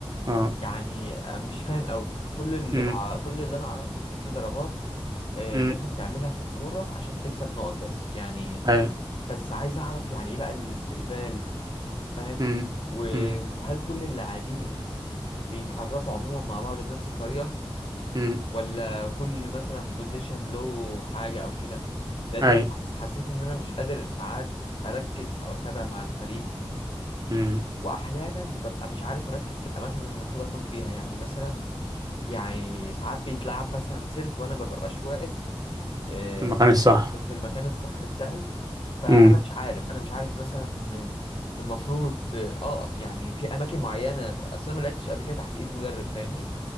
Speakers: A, on the right; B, on the left.
A: اه
B: يعني مش فاهم قوي كل اللي
A: امم
B: بع... كل اللي انا اعرفه ان في ضربات آه،
A: امم
B: لازم تعملها في الكورة عشان تكسب نقط بس يعني
A: اي
B: بس عايز اعرف يعني ايه بقى الاستقبال فاهم
A: امم
B: و...
A: امم
B: وهل كل اللاعبين بيتحركوا عموما مع بعض بنفس الطريقة
A: امم
B: ولا كل مثلا بوزيشن له حاجة او كده لان
A: اي
B: انا حس- حسيت ان انا مش قادر ساعات اركز او اتابع مع الفريق
A: امم
B: واحيانا ببقى مش عارف اركز في الاماكن اللي المفروض اكون فيها يعني مثلا يعني ساعات بيتلعب مثلا سيرف وانا مببقاش واقف آه،
A: في المكان الصح
B: في المكان الصح بتاعي فانا
A: امم
B: مش عارف انا مش عارف مثلا المفروض اه آه، يعني في اماكن معينه اصل انا ما لعبتش قبل كده تحت ايد مدرب فاهمني